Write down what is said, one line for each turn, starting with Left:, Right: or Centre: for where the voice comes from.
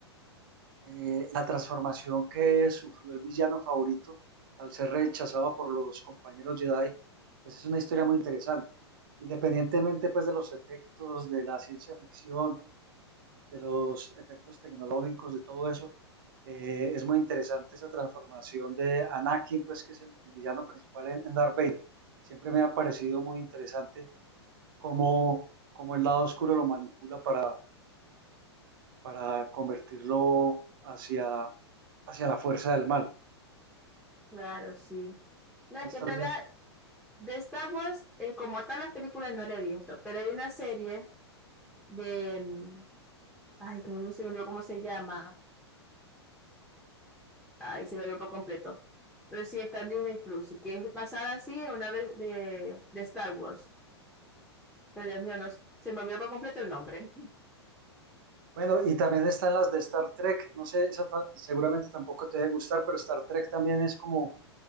Right: eh, la transformación que sufrió el villano favorito al ser rechazado por los compañeros Jedi, pues es una historia muy interesante. Independientemente pues de los efectos de la ciencia ficción de los efectos tecnológicos, de todo eso. Eh, es muy interesante esa transformación de Anakin, pues que es el, el villano principal en, en, Darth Vader. Siempre me ha parecido muy interesante cómo, cómo el lado oscuro lo manipula para, para convertirlo hacia, hacia la fuerza del mal.
Centre: Claro, sí. No, es
Right: Ahí está
Centre: que en
Right: bien.
Centre: verdad, de Star Wars, eh, como tal, las películas no le he visto, pero hay una serie de, mm, ay, que no no se me olvidó cómo se llama, ay, se me olvidó por completo, pero sí, está en Disney Plus, que es basada así en una vez de, de Star Wars, pero Dios mío, no, se me olvidó por completo el nombre.
Right: Bueno, y también están las de Star Trek. No sé, esa ta- seguramente tampoco te debe gustar, pero Star Trek también es como,